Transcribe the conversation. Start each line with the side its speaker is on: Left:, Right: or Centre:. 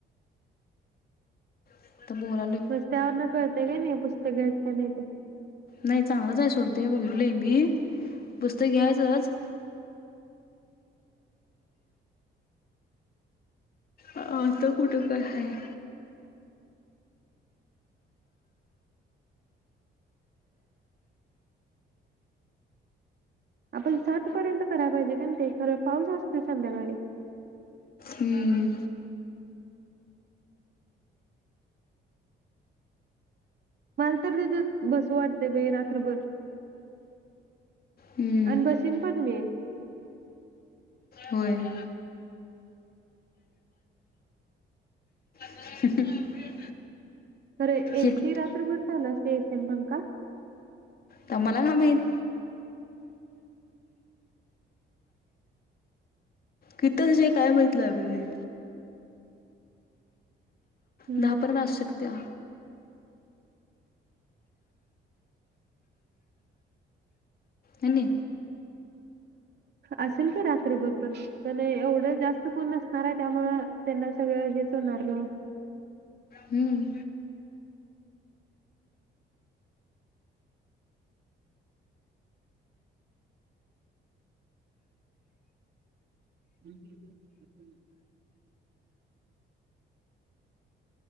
Left: आता बोलालोय
Right: रस्त्यांवर न कळ ते का नाई पुस्तकं घ्याच का नाही ते.
Left: नाई चांगलंच आहे सर ते बघितलंय मी पुस्तक घ्यायचच आता कुठ काय हाय.
Right: आपण सात पर्यंत कराया पाहिजे, पण ते खरं पाऊस असतोय संध्याकाळी.
Left: हम्म,
Right: मला तर तिथे बसू वाटतय बाई रात्रभर
Left: हम्म,
Right: आण बशीन पण मी.
Left: होय.
Right: <inaudible>
Left: <unintelligible>
Right: खरंय ए
Left: एकट-
Right: सी रात्रभर चालू असतय ए सी अन पंखा?
Left: ता मला का म्हाईत? <unintelligible> काय माहित लायब्ररी
Right: हम्म,
Left: दहा पर्यंत आसत्यात त्या है नी
Right: असेल की रात्रभर पण, पण एवढं जास्त कोण नसणाय त्यामुळं त्यांना सगळं हेच होणार गं.
Left: हम्म,
Right: <unintelligible>